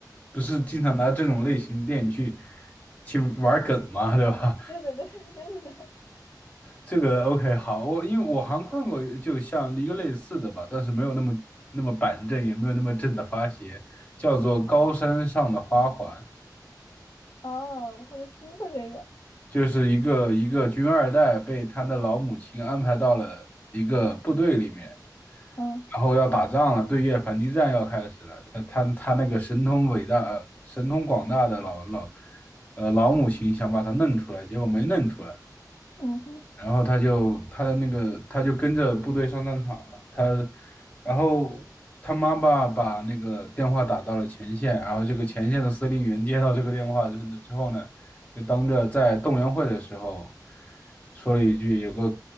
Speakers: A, on the left; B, on the left.
A: 不是经常拿这种类型的电影去去玩梗嘛，<laughs> 对吧？
B: 对对对对对对，
A: 这个 OK 好，我因为我好像看过，就像一个类似的吧，但是没有那么那么板正，也没有那么正的发邪，叫做《高山上的花环》，
B: 哦，我好像听过这个，
A: 就是一个一个军二代被他的老母亲安排到了一个部队里面，
B: 嗯
A: 然后要打仗了，对越反击战要开始了。他他他那个神通伟大、呃神通广大的老老呃老母亲想把他弄出来，结果没弄出来。
B: 嗯哼。
A: 然后他就他的那个他就跟着部队上战场了。他，然后他妈妈把那个电话打到了前线，然后这个前线的司令员接到这个电话之后呢，之后呢就当着在动员会的时候说了一句：“有个